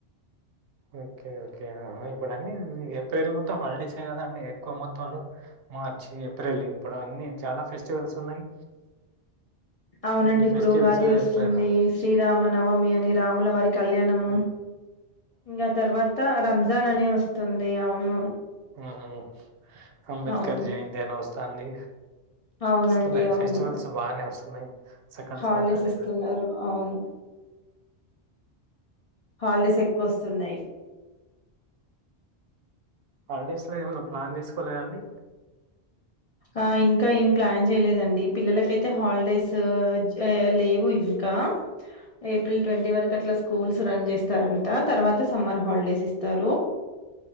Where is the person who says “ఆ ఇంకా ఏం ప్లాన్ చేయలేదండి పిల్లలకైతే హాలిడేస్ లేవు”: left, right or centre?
Left